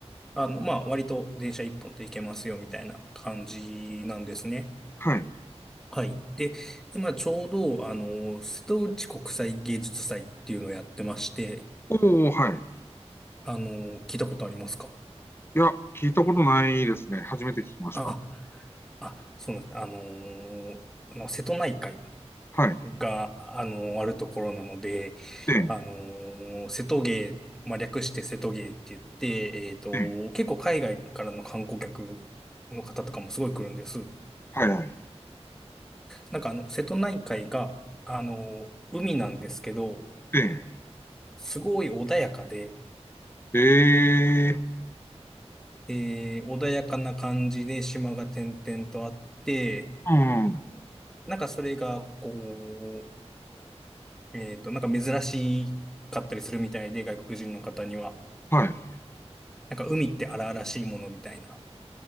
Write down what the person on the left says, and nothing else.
はい。
おお、はい。
いや、聞いたことないですね。初めて聞きました。
はい。
ええ、
ええ、
はいはい。
え
え、ええ、
うん、
はい。